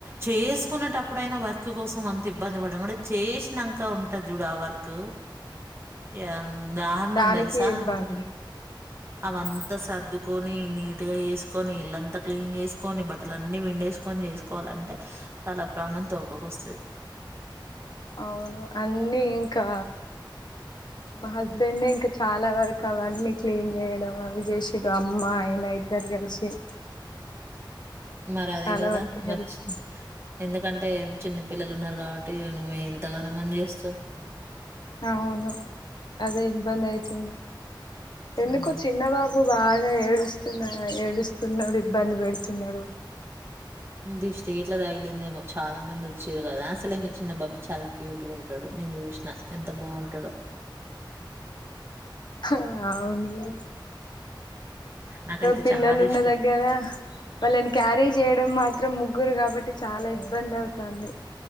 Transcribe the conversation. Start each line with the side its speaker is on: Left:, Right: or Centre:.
Right: చేసుకునేటప్పుడు అయినా వర్క్ కోసం అంత ఇబ్బంది పడం కూడా చేసినంక ఉంటుంది చూడు ఆ వర్క్ ఎంత దారుణం
Left: దానికి
Right: తెల్స
Left: ఇబ్బంది
Right: అవంతా సర్దుకని నీట్ గా చేసుకొని ఇల్లంతా క్లీన్ చేసుకొని బట్టలు అన్ని పిండేసుకొని చేసుకోవాలంటే తల ప్రాణం తొకకొస్తాది
Left: అవును అన్నీ ఇంకా మా హస్బెండ్ ఎ ఇంకా చాలా వరకు అవన్నీ క్లీన్ చేయడం అవి చేషడు అమ్మ ఆయన ఇద్దరు కలిసి
Right: మరి అదే
Left: చాలా
Right: కదా
Left: వరకు
Right: మర్చ
Left: హెల్ప్
Right: ఎందుకంటే ఏం చిన్న పిల్లలు ఉన్నారు కాబట్టి నువ్వు ఎంతగనం మని చేస్తావు
Left: అవును అదే ఇబ్బందిఅయితుంది ఎందుకో
Right: ఆ
Left: చిన్నబాబు బాగా ఏడుస్తున్నా ఏడుస్తున్నాడు ఇబ్బందిపెడుతునడు
Right: దిష్టి గిట్ల తగిలింది మో చాలా మంది వచ్చారు కదా అసలే మీ చిన్న బాబ్బు చాలా క్యూట్ గా ఉంటాడు నేను చూసినా ఎంత బాగుంటాడు
Left: ఆ అవునులే
Right: నాకైతే
Left: పిల్లలు
Right: చాలా
Left: ఉన్న
Right: ఇష్టం
Left: దగ్గర వాళ్ళని క్యారీ చేయడం మాత్రం ఇ ముగ్గురు కాబట్టి చాలా ఇబ్బంది అవుతుంది.